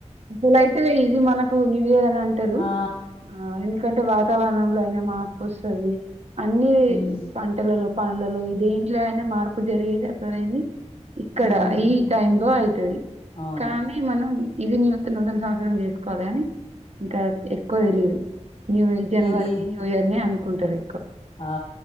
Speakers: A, on the right (about 60°); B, on the left (about 60°).
A: అసల్తెతే ఇది మనకు న్యూ ఇయర్ అని అంటరు
B: ఆ
A: ఆ ఇ ఎందుకంటే వాతావరణంలో అయినా మార్పు వస్తది అన్ని
B: మ్మ్
A: పంటలలో పనులలో దేంట్లో అయినా మార్పు జరిగేద <unintelligible> ఇక్కడ
B: మ్మ్
A: ఈ టైమ్ లో అయ్తది
B: అవును
A: కానీ మనం ఇది న్యూతన్ రెండు సంవత్సరం చేసుకోవాలి అని ఇంకా ఎక్కువ తెలిదు న్యూ జనవరి
B: ఇది
A: న్యూ ఇయర్ ని అను కుంటరు
B: ఆ